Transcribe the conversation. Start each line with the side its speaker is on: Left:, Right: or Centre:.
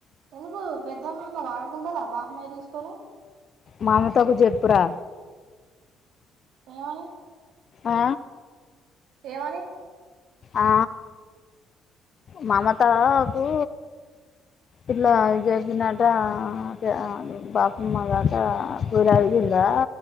Right: ఎందుకు పెద్దమ్మ అట్ల వాడుకుంటదా, బాహమే తీసుకోలే?
Left: మామతకు చెప్పురా
Right: ఏమని
Left: ఆ
Right: ఏమని
Left: ఆ మమత కు ఇట్లా చేసిందంట ఆ ఆ బాపమ్మ దాటా కూలి అడిగిందా